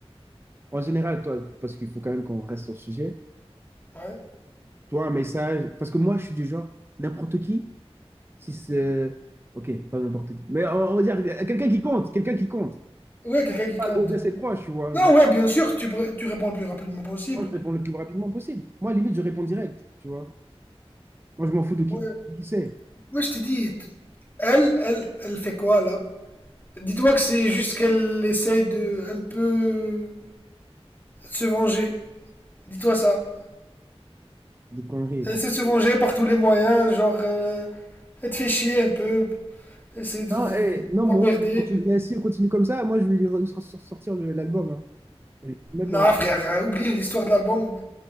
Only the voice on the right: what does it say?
En général, toi, parce qu'il faut quand même qu'on reste sur le sujet.
tu vois, un message. Parce que moi, je suis du genre, n'importe qui, si c'est. Ok, pas n'importe qui. Mais on, on va dire, quelqu'un qui compte, quelqu'un qui compte.
Pas
de- d'assez proche, tu vois.
Genre,
moi, je réponds le plus rapidement possible. Moi, limite, je réponds direct, tu vois. Moi, je m'en fous de qui,
qui c'est.
Des conneries.
frère.
Non,
eh, non,
moi, si on continue, si on continue comme ça, moi, je vais lui re- sor- sor- sortir le- l'album. hein. Je vais le mettre
dans la.